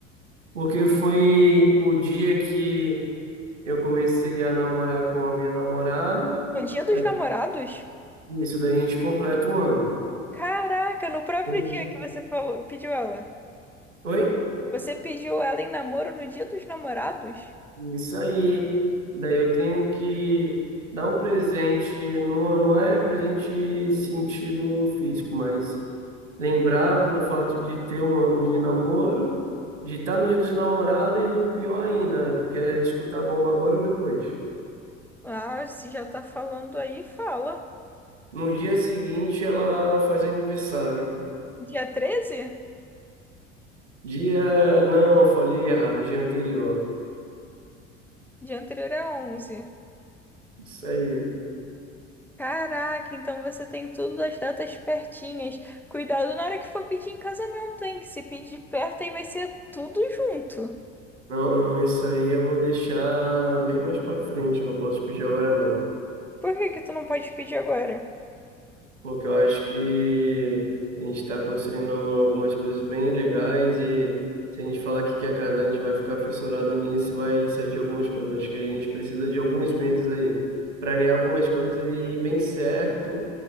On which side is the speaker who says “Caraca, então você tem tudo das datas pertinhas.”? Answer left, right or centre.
Centre